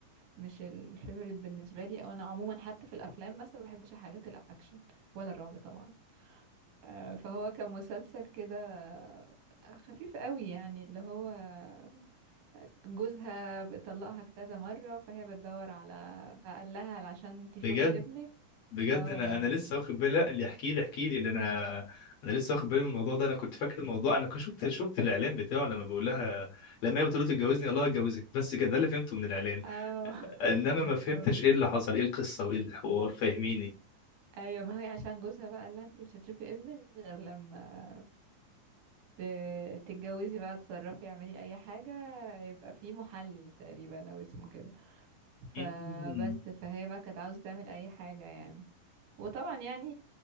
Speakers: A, on the right; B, on the left.
A: مش الفيفوريت بالنسبة لي او انا عموما حتى في الافلام مثلا ما بحبش الحاجات الاكشن ولا الرعب طبعا آه، فهو كان مسلسل كده آه، خفيف قوي يعني اللي هو آه، جوزها بيطلقها كذا مرة فهي بتدور على فقال لها عشان تشوفي
B: بجد
A: ابنك
B: بجد
A: اه
B: انا
A: والله
B: انا لسه
A: يعني
B: واخد بالي لا، اللي يحكي لي يحكي لي ان انا انا لسه واخد بالي من الموضوع ده انا كنت فاكر الموضوع انا كنت شفت شفت الاعلان بتاعه لما بيقول لها لما هي بتقول له تتجوزني الله هتجوزك بس كده ده اللي فهمته من الاعلان
A: اه <laughs>
B: انما
A: بالظبط
B: ما فهمتش ايه اللي حصل ايه القصه وايه الحوار فاهميني
A: ايوه ما هي عشان جوزها بقى قال لها انت مش هتشوفي ابنك غير لما ت- تتجوزي بقى تصرفي اعملي اي حاجة يبقى في محلل تقريبا او اسمه كده فبس
B: مم.
A: فهي بقى كانت عاوزة تعمل أي حاجة يعني وطبعا يعني